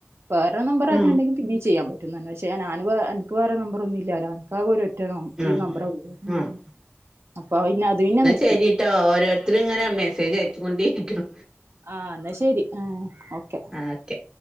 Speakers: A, on the right (about 65°); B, on the right (about 20°).
A: വേറെ നമ്പർ
B: ആഹ്
A: ആരെണ്ടെങ്കി
B: ഉം
A: പിന്നെ ചെയ്യാൻ പ റ്റുന്ന്ൻ പഷേ ഞാന് വേ എൻക്ക് വേറെ നമ്പറൊന്നില്യലോ ൻക്കാകെ ഒര് റ്റൊ ഈ
B: ആഹ്
A: നമ്പർ ആവൂല്ലേ അ
B: ആഹ്
A: അപ്പൊ ന്നെ അത് പിന്നെ നിർ
B: ശെരിട്ടോ ഓരോരുത്തരിങ്ങനെ മെസ്സേജ് അയച്ച് കൊണ്ടിരിക്ണു
A: ആഹ് ന്ന ശരി ആ ഓക്കെ
B: ആക്കെ